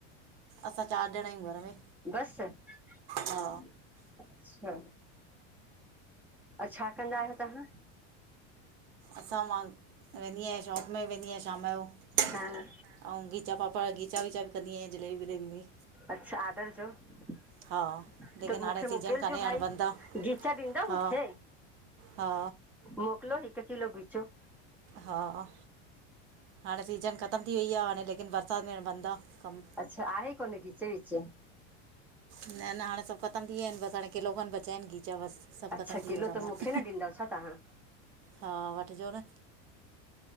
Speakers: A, on the right; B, in the centre.
A: असां चार ॼणा आयूं घर में।
B: बस अच्छा
A: हा
B: अ छा कंदा आहियो तांह
A: असां मां वेंदीयां जांब में वेंदीयां शाम जो ऐंऊ
B: हा
A: गीचा पापड़ गीचा वीचा ॿि कंदी आहिया जलेबी बीन में
B: अच्छा आदर जो त
A: हा लेकिन
B: मूंखे
A: हाणे सीजन
B: मोकिलजो
A: कान्हे हाणे
B: भाई
A: बंदि आहे
B: गीचा ॾींदो
A: हा
B: मूंखे
A: हा
B: मोकिलियो हिकु किलो खींचो
A: हा हाणे सीजन ख़तम थी वई आ हाणे लेकिन बरसाति में बंद आ कमु
B: अच्छा आहे कोन खीच विच
A: न न हाणे सभु ख़तम थी विया आहिनि बसि हाणे किलो खनि बचा आहिनि खीचा बसि सभु
B: अच्छा
A: ख़तमु थी
B: किलो
A: वियो सामान
B: त मूंखे न ॾींदव छा तांह
A: हा वठिजो न